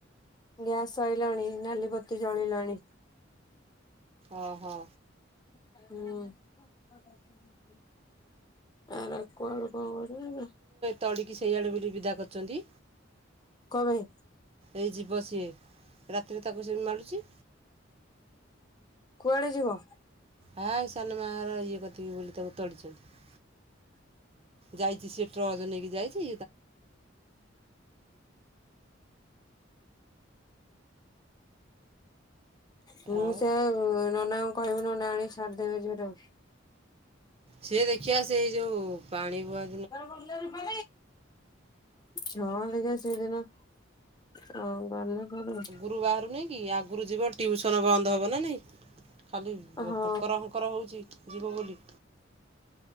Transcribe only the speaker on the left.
ଗ୍ୟାସ୍ ସଇଲାଣି ନାଲି ବତି ଜଳିଲାଣି।
ହୁଁ। ଆର କୁଆଡୁ କଣ <unintelligible>
କମ୍ପାଇଁ?
କୁଆଡେ ଯିବ?
ହୁଁ
ସେୟା ନନାଙ୍କୁ କହିବୁ ନନା ଆଣିକି ଛାଡିଦେବେ ଝିଅଟାକୁ।
କୁଆଡେ ଗଲେ ରୂପା। ଛଅ ଲେଖା ସେଇଦିନ ହ ଗଲେ ଗୁଆଡେ।
ହଁ